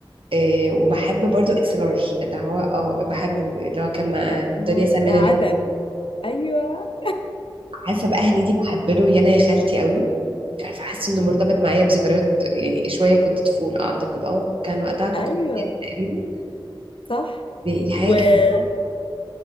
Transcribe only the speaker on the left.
يا نهار
ده عسل
ايوه
الله
ايوه
صح
وفلسطين